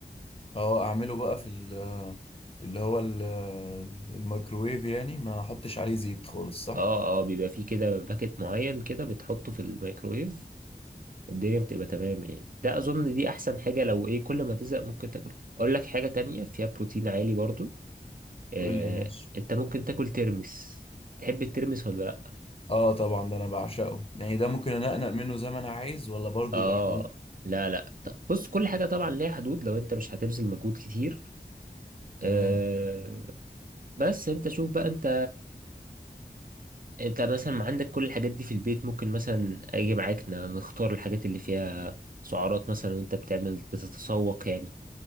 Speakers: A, on the left; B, on the right.
A: اه اعمله بقى في ال آه، في اللي هو ال- آه، الميكروويف يعني ما احطش عليه زيت خالص صح
B: اه اه بيبقى فيه كده باكت معين كده بتحطه في الميكرويف الدنيا بتبقى تمام يعني ده اظن دي احسن حاجة لو ايه كل ما تزهق ممكن تاكل اقول لك حاجة تانية فيها بروتين عالي برضو آه
A: قول لي ماشي
B: انت ممكن تاكل ترمس تحب الترمس ولا لا
A: اه طبعا ده انا بعشقه يعني ده ممكن انقنق منه زي ما انا عايز ولا برضه
B: اه
A: بحدود
B: لا لا طب بص كل حاجة طبعا ليها حدود لو انت مش هتبذل مجهود كتير
A: تمام
B: آه بس انت شوف بقى انت انت مثلا عندك كل الحاجات دي في البيت ممكن مثلا اجي معاك ن- نختار الحاجات اللي فيها سعرات مثلا وانت بتعمل بتتسوق يعني